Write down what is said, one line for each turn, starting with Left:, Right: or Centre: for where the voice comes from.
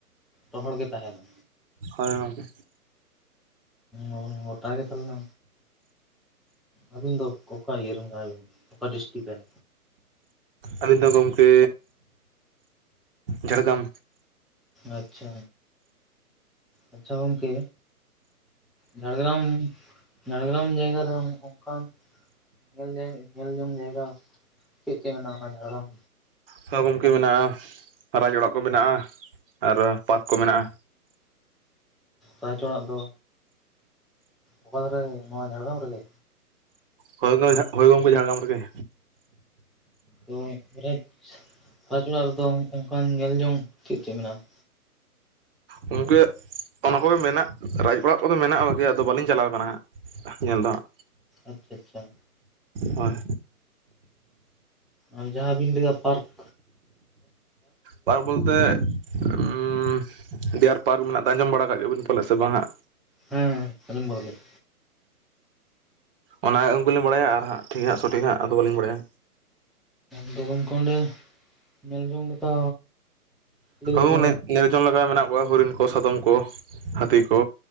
Centre: ᱨᱚᱦᱚᱲ ᱜᱮ ᱛᱟᱦᱮᱱᱟ
Right: ᱦᱚᱭ ᱜᱚᱢᱠᱮ
Centre: ᱚ ᱜᱚᱴᱟᱜ ᱜᱮ ᱛᱟᱞᱦᱮ ᱟᱹᱵᱤᱱ ᱫᱚ ᱚᱠᱟ ᱤᱭ ᱨᱮᱱ ᱠᱟᱱᱟᱵᱤᱱ ᱚᱠᱟ ᱰᱤᱥᱴᱤᱠ ᱨᱮᱱ
Right: ᱟᱹᱞᱤᱧ ᱫᱚ ᱜᱚᱢᱠᱮ ᱡᱷᱟᱲᱜᱨᱟᱢ
Centre: ᱟᱪᱷᱟ ᱟᱪᱪᱷᱟ ᱜᱚᱢᱠᱮ ᱡᱷᱟᱲᱜᱨᱟᱢ ᱡᱷᱟᱲᱜᱨᱟᱢ ᱡᱟᱭᱜᱟ ᱫᱚ ᱚᱝᱠᱟᱱ ᱧᱮᱞ <unintelligible> ᱧᱮᱞ ᱡᱚᱝ ᱡᱟᱭᱜᱟ ᱪᱮᱫ ᱪᱮᱫ ᱢᱮᱱᱟᱜᱼᱟ ᱚᱱᱟ ᱡᱷᱟᱲᱜᱨᱟᱢ
Right: <unintelligible> ᱜᱚᱢᱠᱮ ᱢᱮᱱᱟᱜᱼᱟ, ᱨᱟᱡᱽ ᱚᱲᱟᱜ ᱠᱚ ᱢᱮᱱᱟᱜᱼᱟ ᱟᱨ ᱯᱟᱨᱠ ᱠᱚ ᱢᱮᱱᱟᱜᱼᱟ
Centre: ᱨᱟᱪᱴᱡᱽ ᱚᱲᱟᱜ ᱫᱚ ᱚᱠᱟ ᱫᱷᱟᱨᱮ ᱱᱚᱣᱟ ᱡᱷᱟᱲᱜᱨᱟᱢ ᱨᱮᱜᱮ
Right: ᱦᱳᱭ ᱜᱚᱢᱠᱮ, ᱦᱳᱭ ᱜᱚᱝᱠᱮ ᱡᱷᱟᱲᱜᱨᱟᱢ ᱨᱮᱜᱮ
Centre: ᱟᱫᱚ ᱨᱟᱡᱽ, ᱨᱟᱡᱽ ᱚᱲᱟᱜ ᱨᱮᱫᱚ ᱚᱝᱠᱟᱱ ᱧᱮᱞ ᱡᱚᱝ ᱪᱮᱫ ᱪᱮᱫ ᱢᱮᱱᱟᱜᱼᱟ
Right: ᱜᱚᱢᱠᱮ ᱚᱱᱟ ᱠᱚᱜᱮ ᱢᱮᱱᱟᱜ ᱨᱟᱡᱽ ᱚᱲᱟᱜ ᱠᱚᱫᱚ ᱢᱮᱱᱟᱜᱼᱟ ᱜᱚᱢᱠᱮ ᱟᱫᱚ ᱵᱟᱹᱞᱤᱧ ᱪᱟᱞᱟᱣ ᱠᱟᱱᱟ ᱦᱟᱸᱜ ᱧᱮᱞ ᱫᱚ ᱦᱟᱸᱜ
Centre: ᱟᱪᱪᱷᱟ ᱟᱪᱪᱷᱟ
Right: ᱦᱚᱭ
Centre: ᱟᱨ ᱡᱟᱦᱟᱸ ᱵᱤᱱ ᱞᱟᱹᱭᱫᱟ ᱯᱟᱨᱠ
Right: ᱯᱟᱨᱠ ᱵᱚᱞᱛᱮ ᱩᱸᱻ ᱰᱤᱭᱟᱨ ᱯᱟᱨᱠ ᱢᱮᱱᱟᱜ ᱫᱚ ᱟᱸᱡᱚᱢ ᱵᱟᱲᱟ ᱠᱟᱜ ᱜᱮᱵᱤᱱ ᱯᱟᱞᱮᱫ ᱥᱮ ᱵᱟᱝ ᱦᱟᱸᱜ
Centre: ᱦᱮᱸ ᱟᱡᱚᱢ ᱵᱟᱲᱟ ᱞᱤᱧ
Right: ᱚᱱᱟ <unintelligible> ᱵᱟᱲᱟᱭᱟ ᱟᱨ ᱦᱟᱸᱜ ᱴᱷᱤᱠ ᱦᱟᱸᱜ ᱥᱚᱴᱷᱤᱠ ᱦᱟᱸᱜ ᱟᱫᱚ ᱵᱟᱞᱤᱧ ᱵᱟᱲᱟᱭᱟ
Centre: ᱟᱫᱚ ᱜᱚᱢᱠᱮ ᱚᱸᱰᱮ ᱧᱮᱞ ᱡᱚᱝ ᱞᱮᱠᱟ ᱞᱟᱹᱭ ᱟᱠᱚ
Right: ᱦᱚᱱᱮ ᱧᱮᱞ ᱡᱚᱱ ᱞᱮᱠᱟ ᱢᱮᱱᱟᱜ ᱠᱚᱣᱟ ᱦᱚᱨᱤᱱ ᱠᱚ ᱥᱟᱫᱚᱢ ᱠᱚ ᱦᱟᱹᱛᱤ ᱠᱚ